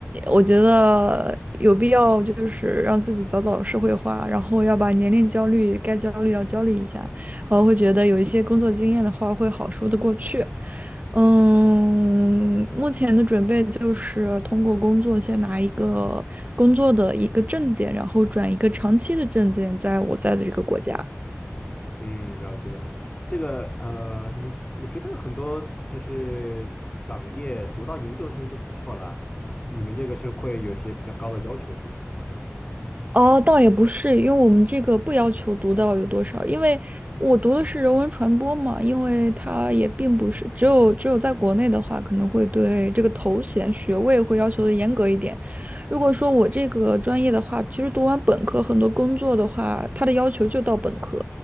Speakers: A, on the right; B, on the left.
A: 我觉得有必要就是让自己早早社会化，然后要把年龄焦虑该焦虑要焦虑一下，然后会觉得有一些工作经验的话会好说得过去。嗯，目前的准备就是通过工作先拿一个工作的一个证件，然后转一个长期的证件，在我在的这个国家。
B: 嗯，了解了解。这个呃，你我觉得很多就是港业读到研究生就不错啦。你们这个是会有些比较高的要求是吗？
A: 哦，倒也不是，因为我们这个不要求读到有多少，因为我读的是人文传播嘛，因为它也并不是只有只有在国内的话，可能会对这个头衔学位会要求的严格一点。如果说我这个专业的话，其实读完本科，很多工作的话，它的要求就到本科。